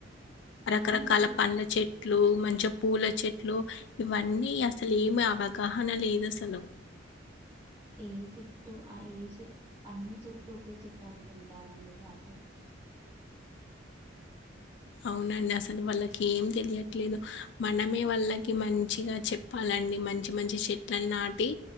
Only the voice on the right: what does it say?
అవునండి
ఏ చెట్టు ఏ చె అన్ని చెట్లు ఒకే చెట్టు అనుకుంటారండి వాారు